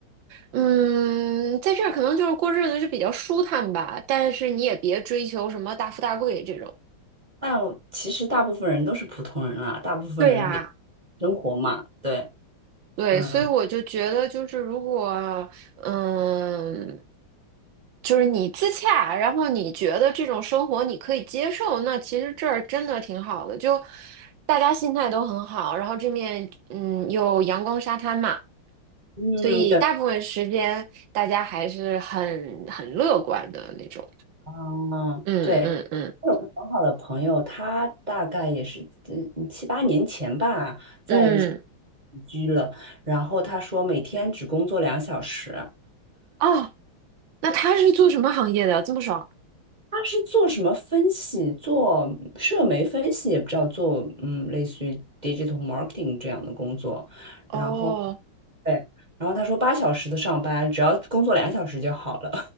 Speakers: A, on the right; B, on the right.
A: 嗯，在这儿可能就是过日子就比较舒坦吧，但是你也别追求什么大富大贵这种。
B: 但我其实大部分人都是普通人啦，大部分人也
A: 对呀、
B: 生活嘛，对，
A: 对，
B: 嗯
A: 所以我就觉得，就是如果，嗯，就是你自洽，然后你觉得这种生活你可以接受，那其实这儿真的挺好的，就大家心态都很好，然后这面嗯有阳光沙滩嘛，
B: 嗯，
A: 所以大部分时间大家还是很很乐观的那种。
B: 对。嗯，
A: 嗯嗯嗯
B: 对，我有个很好的朋友，他大概也是嗯七八年前吧，在
A: 嗯，
B: 移居了，然后他说每天只工作两小时，
A: 哦，那他是做什么行业的？这么爽
B: 他是做什么分析，做社媒分析，也不知道做嗯类似于 digital marketing 这样的工作，然后
A: 哦
B: 对，然后他说八小时的上班，只要工作两小时就好了，